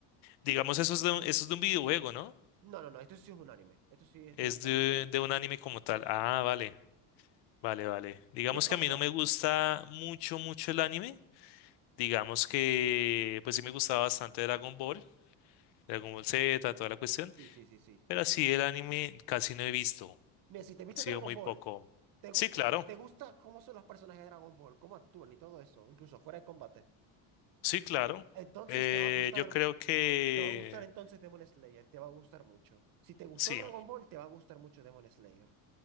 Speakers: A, on the left (about 65°); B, on the right (about 50°).
A: Digamos, eso es de un, eso es de un videojuego, ¿no?
B: No, no, no, esto sí es un anime. Esto sí es
A: Es
B: directamente
A: de,
B: un anime.
A: de un anime como tal. Ah, vale, vale, vale. Digamos
B: ¿Qué pasa?
A: que a mí no me gusta mucho, mucho el anime. Digamos que, pues sí me gustaba bastante Dragon Ball, Dragon Ball Z, toda la cuestión.
B: Sí, sí, sí, sí.
A: Pero así el anime casi no he visto.
B: Mira, si te viste
A: Ha sido
B: Dragon
A: muy
B: Ball,
A: poco.
B: ¿te gusta,
A: Sí, claro,
B: te gusta cómo son los personajes de Dragon Ball? ¿Cómo actúan y todo eso? Incluso fuera de combate.
A: sí, claro.
B: Entonces
A: Eh,
B: te va a gustar
A: yo creo que,
B: Te va a gustar entonces Demon Slayer, te va a gustar mucho. Si te gustó
A: sí,
B: Dragon Ball, te va a gustar mucho Demon Slayer.